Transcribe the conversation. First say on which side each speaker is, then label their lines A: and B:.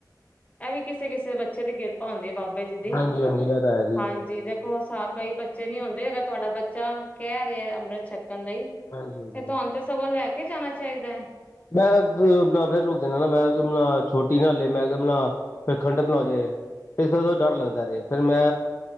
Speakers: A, on the left (about 20°); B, on the left (about 40°).
A: ਇਹ ਵੀ ਕਿਸੇ ਕਿਸੇ ਬੱਚੇ ਦੀ ਕਿਰਪਾ ਹੁੰਦੀ ਹੈ ਬਾਬੇ ਜੀ ਦੀ,
B: ਹਾਂਜੀ ਹਾਂਜੀ ਇਹ ਤਾਂ ਹੈ
A: ਹਾਂਜੀ। ਜੀ ਦੇਖੋ ਸਾ ਕਈ ਬੱਚੇ ਨੀ ਆਉਂਦੇ, ਅਗਰ ਤੁਹਾਡਾ ਬੱਚਾ ਕਹਿ ਰਿਹਾ ਆ ਅੰਮ੍ਰਿਤ ਛਕਣ ਲਈ ਤੇ
B: ਹਾਂਜੀ ਹਾਂਜੀ
A: ਤੁਹਾਨੂੰ ਤੇ ਸਗੋਂ ਲੈ ਕੇ ਜਾਣਾ ਚਾਹੀਦਾ ਹੈ।
B: ਮੈਂ ਫੇਿਰ ਰੁਕ ਜਾਂਦਾ ਨਾ ਮੈਂ ਮਲ ਛੋਟੀ ਨਾ ਹਾਲੇ, ਮੈਂ ਕਿਹਾ ਮ <inaudible> ਫਰ ਖੰਡਿਤ ਨਾ ਹੋਜੇ, ਇਸੀ ਦਾ ਦਰ ਲਗਦਾ ਐ, ਫਰ ਮੈ